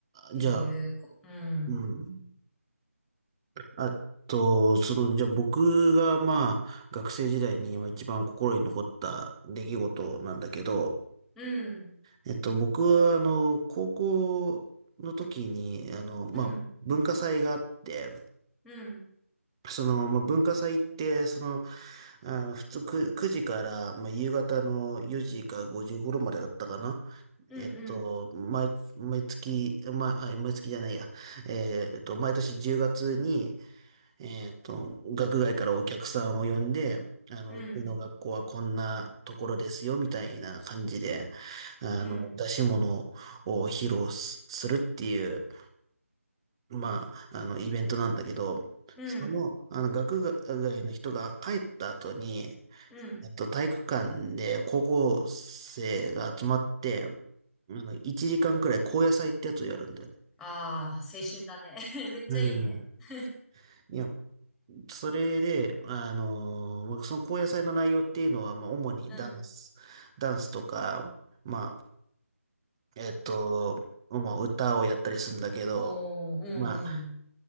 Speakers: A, in the centre; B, on the right (about 20°).
A: ていう、
B: じゃあ、
A: こ、うん。
B: うん。あと、その、じゃあ僕が、まあ、学生時代に今一番心に残った出来事なんだけど、
A: うん。
B: えっと、僕は、あの、高校の時に、あの、まあ、
A: うん。
B: 文化祭があって、
A: うん。
B: その、まあ、文化祭って、その、あの、普通く9、時から、まあ、夕方の4時か5時頃までだったかな。
A: うん。
B: えっと、毎、毎月、ま、あ、毎月じゃないや。えーっと、毎年10月に、えっと、学外からお客さんを呼んで、あの、
A: うん。
B: うちの学校はこんなところですよ、みたいな感じで、あの、
A: うん。うん。
B: 出し物を披露す、するっていう、まあ、あの、イベントなんだけど、
A: うん。
B: その、あの、学外の人が帰った後に、
A: うん。
B: えっと、体育館で高校生が集まって、あの、1時間くらい高野祭ってやつをやるんだよね。
A: ああ、青春だね。<laughs> めっちゃいいね。
B: うん。
A: <laughs>
B: いや、それで、あの、まあ、その高野祭の内容っていうのは、まあ、主にダンス、
A: うん。
B: ダンスとか、まあ、えっと、まあ、歌をやったりするんだけど、
A: おー、うんうん。
B: まあ、